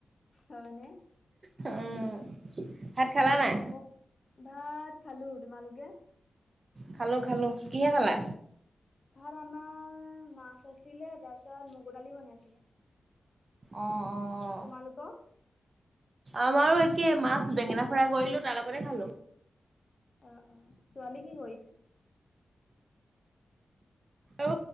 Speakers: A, on the left; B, on the right.
A: হয়নে?
B: উম। ভাত খালা নাই?
A: হ'ব ভাত খালো তোমালোকে?
B: খালো খালো কিহে খালা?
A: ভাত আমাৰ মাছ আছিলে, তাৰপিছত মগুৰ দালি বনাইছিলে,
B: আহ অ।
A: তোমালোকৰ?
B: আমাৰো একে মাছ বেঙেনা ফ্ৰাই কৰিলো তাৰ লগতে খালো।
A: অ অ ছোৱালী কি কৰিছে?
B: অ